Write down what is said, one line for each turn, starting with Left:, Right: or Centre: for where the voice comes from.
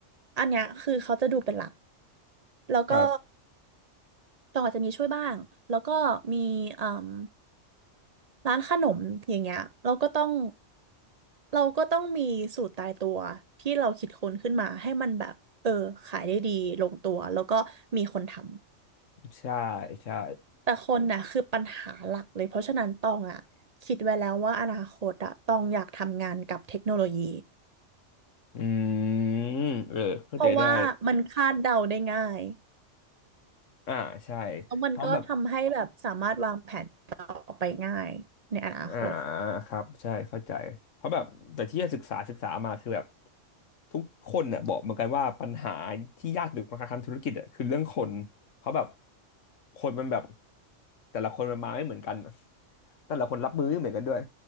Right: อันเนี้ยคือเขาจะดูเป็นหลักแล้วก็
Left: ครับ
Right: ตองอาจจะมีช่วยบ้างแล้วก็มีเอ่มร้านขนมอย่างเงี้ยเราก็ต้องเราก็ต้องมีสูตรตายตัวที่เราคิดค้นขึ้นมาให้มันแบบเออขายได้ดีลงตัวแล้วก็มีคนทำ
Left: ใช่ใช่
Right: แต่คนน่ะคือปัญหาหลักเลยเพราะฉะนั้นตองอ่ะคิดไว้แล้วว่าอนาคตอ่ะตองอยากทำงานกับเทคโนโลยี
Left: อืมเออเข้าใจได้
Right: เพราะว่ามันคาดเดาได้ง่าย
Left: อ่าใช่
Right: แล้วมันก็ทำให้แบบสามารถวางแผนต่อไปง่ายในอนาคต
Left: เพราะแบบอ่าครับใช่เข้าใจเพราะแบบแต่ที่ศึกษาศึกษามาคือแบบทุกคนเนี่ยบอกเหมือนกันว่าปัญหาที่ยากที่สุดของการทำธุรกิจอ่ะคือเรื่องคนเขาะแบบคนมันแบบแต่ละคนมันมาไม่เหมือนกันอะแต่ละคนรับมือไม่เหมือนกันด้วย